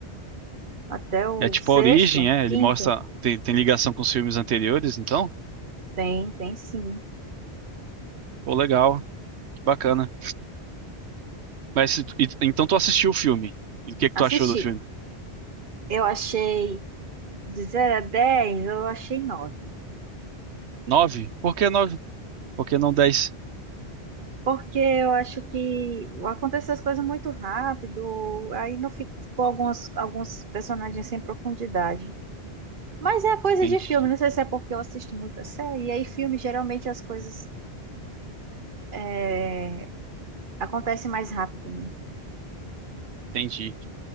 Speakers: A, on the right; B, on the right.
A: até o
B: É tipo
A: sexto,
B: a origem, é?
A: quinto.
B: Ele mostra tem, tem ligação com os filmes anteriores, então.
A: Tem, tem sim.
B: Pô, legal, que bacana. Mas se tu- e- então tu assistiu o filme? E o que que
A: Assisti.
B: tu achou do filme?
A: Eu achei de zero a 10, eu achei nove,
B: Nove? Por que nove? Por que não dez?
A: Porque eu acho que aconteceu as coisas muito rápido, aí não fi- ficou alguns, alguns personagens sem profundidade. Mas é coisa
B: Entendi.
A: de filme, não sei se é porque eu assisto muita série, e aí filme geralmente as coisas é, acontece mais rápido, né?
B: Entendi.